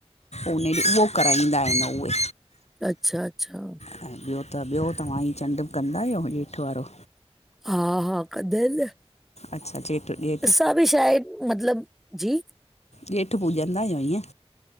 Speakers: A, on the left (about 80°); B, in the centre.
A: उने ॾींहुं उहो कराईंदा आहिनि उहे।
B: अच्छा अच्छा
A: अएं, ॿियो त ॿियो, तव्हां ही चंड्रु बि कंदा आहियो हेठ वारो?
B: हा हा, कंदा आहिन न।
A: अच्छा, जेठ ॼे
B: असां बि छाहे मतलब, जी
A: ॼेठ पूॼंदा अह्यूं, ईंअ